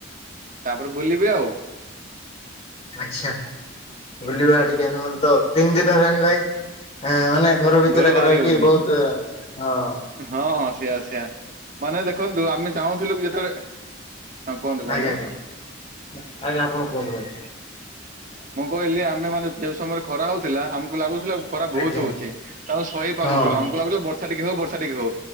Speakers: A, on the right (about 40°); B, on the left (about 30°).
A: ତାପରେ ବୁଲିବେ ଆଉ
B: ଆଚ୍ଛା ବୁଲିବା ଟିକେ ନହେଲେ ତ ତିନି ଦିନ ହେଲାଣି ଭାଇ ହେଁ ମାନେ ଘର ଭିତରେ
A: ଘରୁ
B: ଏକ
A: ବାହାରି
B: ରହିକି
A: ହଉନି
B: ବହୁତ ହଁ।
A: ହଁ ହଁ ସେଆ ସେଆ ମାନେ ଦେଖନ୍ତୁ ଆମେ ଚାହୁଁଥିଲୁ ଯେତେବେଳେ ହଁ କୁହନ୍ତୁ କୁହନ୍ତୁ
B: ଆଜ୍ଞା ଆଜ୍ଞା ଆଜ୍ଞା ଆପଣ କୁହନ୍ତୁ ଭାଇ।
A: ମୁଁ କହିଲି ଆମେ ମାନେ ଯୋଉ ସମୟରେ ଖରା ହଉଥିଲା ଆମକୁ ଲାଗୁଥିଲା ଖରା ବହୁତ
B: ଆଜ୍ଞା
A: ହଉଛି ତ ଆମେ ଶୋଇ ପାରୁନଥିଲୁ
B: ହଁ
A: ଆମକୁ ଲାଗୁଥିଲା ବର୍ଷା ଟିକେ ହଉ ବର୍ଷା ଟିକେ ହଉ